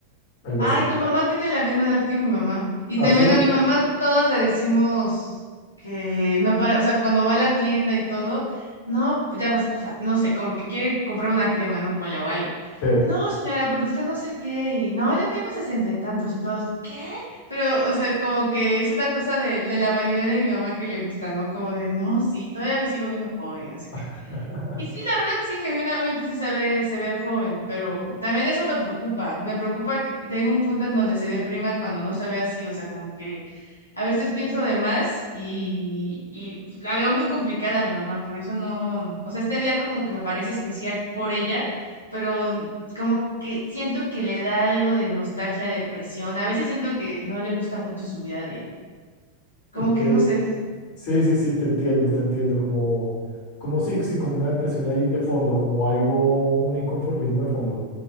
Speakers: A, on the left; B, on the left.
A: algo
B: Ay,
A: así.
B: tu mamá tiene la misma edad que mi mamá. Y
A: ¿Así?
B: también a mi mamá todos le decimos que no para, o sea, cuando va a la tienda y todo, no, ya ves, o sea, no sé, como que quiere comprar una crema, no ponle o algo.
A: Sí.
B: No, señora, pero usted no sé qué, y no, ya tengo sesenta y tantos y todos, ¿qué? Pero, o sea, como que es una cosa de, de la vanidad de mi mamá que le gusta, ¿no? Como de, no, sí, todavía me sigo viendo joven y no sé qué.
A: <laughs>
B: Y sí, la verdad, sí, genuinamente sí se ve, se ve joven, pero también eso me preocupa. Me preocupa que llegue un punto en donde se deprima cuando no se ve así. O sea, como que a veces pienso de más y, y la veo muy complicada a mi mamá. Por eso no, o sea, este día como que me parece especial por ella, pero como que siento que le da algo de nostalgia, depresión. A veces siento que no le gusta mucho su vida de, como
A: Ok.
B: que no sé,
A: Sí, sí, sí, te entiendo, te entiendo, como, como sí, sí, como una depresión ahí de fondo, como algo, un inconformismo de fondo.